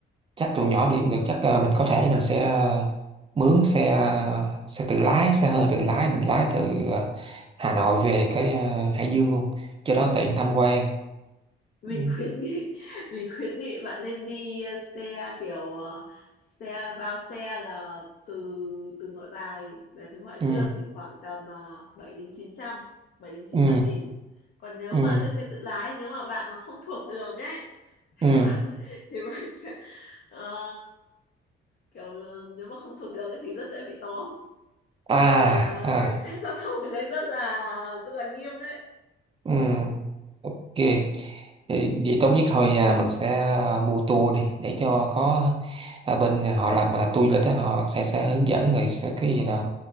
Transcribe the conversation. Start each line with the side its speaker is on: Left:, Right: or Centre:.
Right: chắc tụi nhỏ đi không được chắc ờ, mình có thể mình sẽ ờ, mướn xe ờ, xe tự lái xe hơi tự lái mình lái từ ờ, Hà Nội về cái ờ, Hải Dương luôn cho nó tiện tham
Left: Ừ.
Right: quan
Left: mình
Right: ừ
Left: khuyến nghị <laughs> mình khuyến nghị bạn nên đi ờ, xe kiểu ờ, xe bao xe là từ từ Nội Bài vềถึงHải
Right: ừ
Left: Dương thì khoảng tầm uh, 7 đến chín trăm 7 đến chín
Right: ừ
Left: trăm nghìn còn nếu
Right: ừ
Left: mà thuê xe tự lái nếu mà bạn mà không thuộc đường ấy
Right: ừ.
Left: <laughs> thì bạn sẽ ờ, kiểu ờ, nếu mà không thuộc đường ấy thì rất dễ bị tóm
Right: à
Left: vì ờ,
Right: à
Left: cảnh sát giao thông ở đây rất là rất là nghiêm đấy
Right: ừ ok
Left: ừ
Right: thì vậy tốt nhất thôi à, mình sẽ à, mua tour đi để cho có à, bên họ làm à, tour du lịch đó, họ sẽ sẽ hướng dẫn rồi sẽ cái gì là